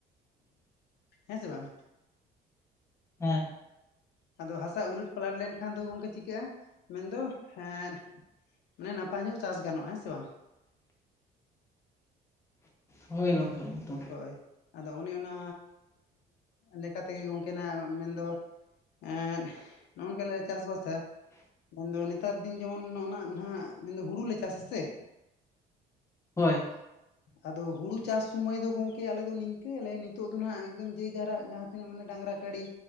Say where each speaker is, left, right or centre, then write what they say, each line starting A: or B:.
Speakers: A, on the left; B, on the left.
A: ᱦᱮᱸ ᱥᱮ ᱵᱟᱝ
B: ᱦᱮᱸ
A: ᱟᱫᱚ ᱦᱟᱥᱟ ᱩᱞᱟᱹᱴ ᱯᱞᱟᱴ ᱞᱮᱱᱠᱷᱟᱱ ᱫᱚ ᱜᱚᱢᱠᱮ ᱪᱤᱠᱟᱹᱜᱼᱟ ᱢᱮᱱᱫᱚ ᱮᱸ᱾ ᱢᱟᱱᱮ ᱱᱟᱯᱟᱭ ᱧᱚᱜ ᱪᱟᱥ ᱜᱟᱱᱚᱜᱼᱟ ᱦᱮᱸ ᱥᱮ ᱵᱟᱝ᱾
B: ᱦᱳᱭ ᱜᱚᱢᱮᱠᱮ ᱮᱠᱫᱚᱢ᱾
A: ᱦᱳᱭ ᱟᱫᱚ ᱚᱱᱮ ᱚᱱᱟ ᱞᱮᱠᱟ ᱛᱮᱜᱮ ᱜᱚᱝᱠᱮᱱᱟᱜ ᱢᱮᱱᱫᱚ, ᱮ ᱱᱚᱜ ᱱᱚᱝᱠᱟᱞᱮ ᱪᱟᱥᱵᱟᱥᱟ᱾ ᱢᱮᱱᱫᱚ ᱱᱮᱛᱟᱨ ᱫᱤᱱ ᱡᱮᱢᱚᱱ ᱱᱚ ᱱᱟᱱᱟᱜ ᱢᱮᱱᱫᱚ ᱦᱩᱲᱩᱞᱮ ᱪᱟᱥ ᱟᱥᱮ
B: ᱦᱳᱭ
A: ᱟᱫᱚ ᱦᱩᱲᱩ ᱪᱟᱥ ᱥᱩᱚᱢᱚᱭ ᱫᱚ ᱜᱚᱝᱠᱮ ᱟᱞᱮ ᱫᱚ ᱱᱤᱝᱠᱟᱹᱭᱟᱞᱮ ᱱᱤᱛᱚᱜ ᱫᱚ ᱦᱟᱜ ᱮᱠᱫᱚᱢ ᱡᱮ ᱡᱟᱨᱟᱜ ᱡᱟᱸᱦᱟᱸ ᱛᱤᱱᱟᱹᱜ ᱢᱟᱱᱮ ᱰᱟᱝᱨᱟ ᱠᱟᱲᱤ